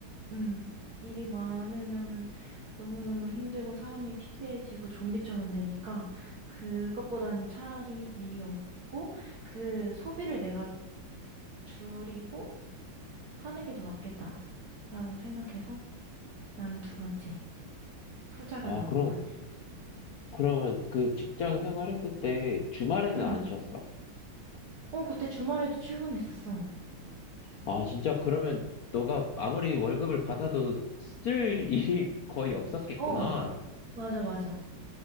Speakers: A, on the right (about 55°); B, on the left (about 70°).
A: 음, 일이 많으면은 너무너무 힘들고 사람이 피폐해지고 좀비처럼 되니까 그것보다는 차라리 일이 없고 그 소비를 내가 줄이고 하는 게 더 낫겠다라고 생각해서 나는 두 번째 후자가
B: 아,
A: 나은
B: 그럼
A: 것 같아.
B: 그러면 그 직장 생활했을 때 주말에는
A: 응.
B: 안 쉬었어?
A: 어, 그때 주말에도 출근했었어.
B: 아, 진짜 그러면 너가 아무리 월급을 받아도 쓸 일이 거의 없었겠구나.
A: 어, 맞아, 맞아.